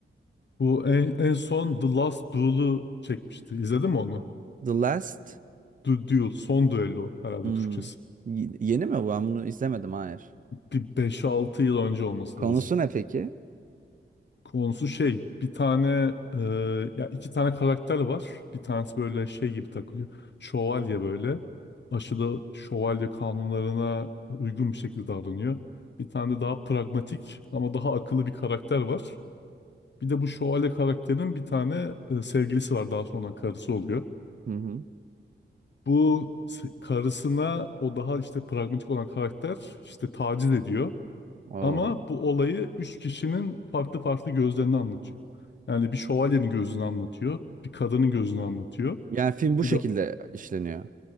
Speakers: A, on the left (about 60°); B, on the right (about 40°).
A: Bu en, en son The Last Duel'u çekmişti. İzledin mi onu?
B: The Last
A: The Duel, son düello herhalde
B: Hmm.
A: Türkçesi.
B: Y- Yeni mi bu? Ben bunu izlemedim. Hayır.
A: Bir beş altı yıl önce olması
B: Konusu
A: lazım.
B: ne peki?
A: Konusu şey, bir tane, e, ya iki tane karakter var. Bir tanesi böyle şey gibi takılıyor. Şövalye böyle. Aşırı şövalye kanunlarına uygun bir şekilde davranıyor. Bir tane de daha pragmatik ama daha akıllı bir karakter var. Bir de bu şövalye karakterin bir tane e, sevgilisi var. Daha sonra karısı oluyor.
B: Hı hı.
A: Bu s- karısına o daha işte pragmatik olan karakter işte taciz ediyor.
B: Oo.
A: Ama bu olayı üç kişinin farklı farklı gözlerini anlatıyor. Yani bir şövalyenin gözünü anlatıyor, bir kadının gözünü anlatıyor.
B: Yani film bu
A: Bir
B: şekilde
A: de
B: işleniyor.